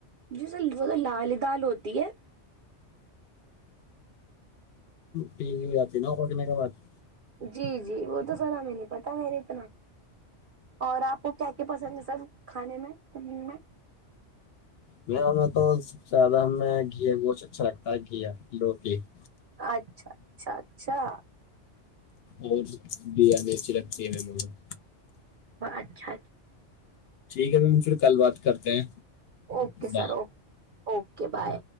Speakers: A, on the right; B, on the left.
A: جیسے وہ س لال دال ہوتی ہے
B: پری ہو جاتی نوک کہنے کے بات <inaudible>
A: جی جی وہ تو سر ہمیں نہیں پتا خیر اتنا اور آپ کو کیا کیا پسند ہے سر کھانے میں کوکنگ میں
B: م میں تو زیادہ ہم گھی گوچھ اچھا لگتا ہے گھییا لو کی <inaudible>
A: اچھا اچھا اچھا
B: اور بیاانی اچھی لگتی ہے م مھ <inaudible>
A: اچھاچ <inaudible>
B: ٹھیک ہے میم پھر کل بات کرتے ہیں
A: اوکے
B: بائے
A: سر ا اوکے بائے